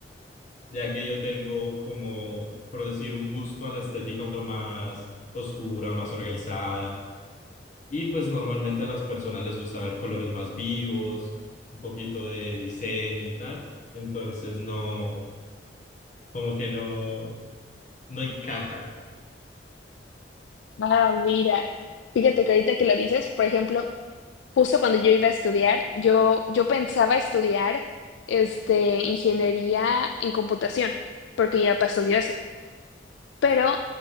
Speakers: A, on the left; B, on the left.
A: ya que yo tengo como, por decir, un gusto a la estética un poco más oscura, más organizada. Y pues normalmente a las personas les gusta ver colores más vivos, un poquito de diseño y tal. Entonces no, como que no, no encaja,
B: Ah, mira. Fíjate que ahorita que lo dices, por ejemplo, justo cuando yo iba a estudiar, yo, yo pensaba estudiar este, ingeniería en computación, porque mi papá estudió eso. pero